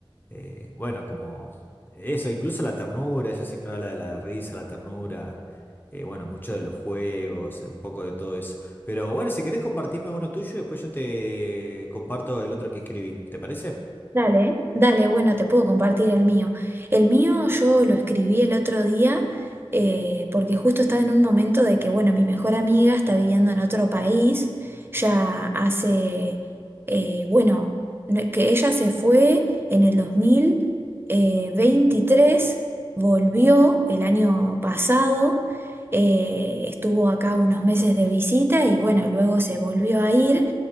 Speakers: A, on the left; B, on the right.
A: eh, bueno, como eso, incluso la ternura, ella siempre habla de la risa, la ternura, eh, bueno, mucho de los juegos, un poco de todo eso. Pero bueno, si querés compartirme uno tuyo, después yo te comparto el otro que escribí, ¿te parece?
B: Dale, dale, bueno, te puedo compartir el mío. El mío yo lo escribí el otro día eh, porque justo estaba en un momento de que, bueno, mi mejor amiga está viviendo en otro país, ya hace, eh, bueno, no- que ella se fue en el dos mil eh, veintitrés volvió el año pasado, eh, estuvo acá unos meses de visita y, bueno, luego se volvió a ir